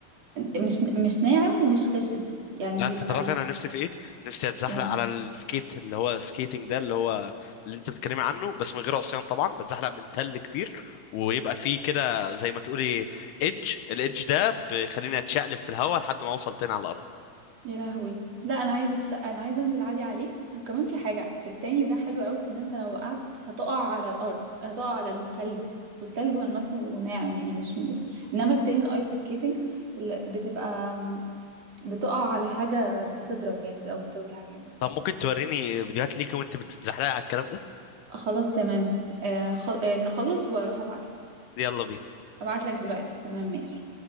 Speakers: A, on the right; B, on the left.
A: مش مش ناعم ومش خشن يعني
B: لا
A: بيبقى
B: انت تعرف
A: ال-
B: انا نفسي في ايه نفسي اتزحلق
A: ايه
B: على السكيت اللي هو سكيتنج ده اللي هو اللي انت بتتكلمي عنه بس من غير عصيان طبعا بتزحلق من تل كبير ويبقى فيه كده زي ما تقولي ايدج الايدج ده بيخليني اتشقلب في الهواء لحد ما اوصل تاني على الارض
A: يا لهوي لا انا عايزه اتشقى انا عايزه انزل عادي عليه آه، كمان في حاجه التاني ده حلو قوي في ان انت لو وقعت هتقع على الارض هتقع على التلج والتلج ملمسه ناعم يعني مش م... انما التاني الايس سكيتنج اللي بتبقى م، بتقع على حاجه بتضرب جامد او بتوجع جامد
B: طب
A: بس
B: ممكن توريني فيديوهات ليكي وانت بتتزحلقي على الكلام ده
A: خلاص تمام آه خل... آه نخلص واروح ابعتلك
B: يلا بينا
A: ابعتلك دلوقتي تمام ماشي